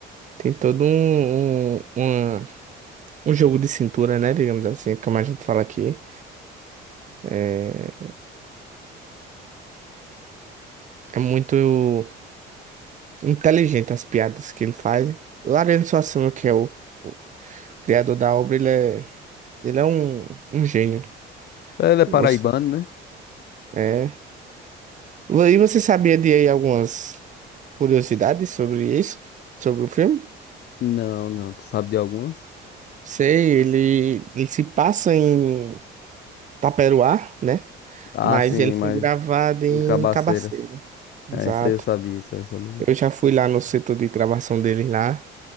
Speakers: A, on the right (about 40°); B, on the left (about 60°).
A: tem todo um, um, uma- um jogo de cintura, né? Digamos assim, é como a gente fala aqui. É é muito. Inteligente as piadas que ele faz. O Ariano Suassuna, que é o criador da obra, ele é, ele é um, um gênio.
B: Ele é paraibano,
A: Você-
B: né?
A: é. E você sabia de aí algumas curiosidades sobre isso? Sobre o filme?
B: Não, não, tu sabe de algumas?
A: Sei, ele, ele se passa em Taperoá, né?
B: Ah,
A: Mas
B: sim,
A: ele foi
B: mas
A: gravado em
B: em Cabaceiras.
A: Cabaceira. Exato.
B: É, isso aí eu sabia, isso aí eu sabia.
A: Eu já fui lá no setor de gravação dele lá,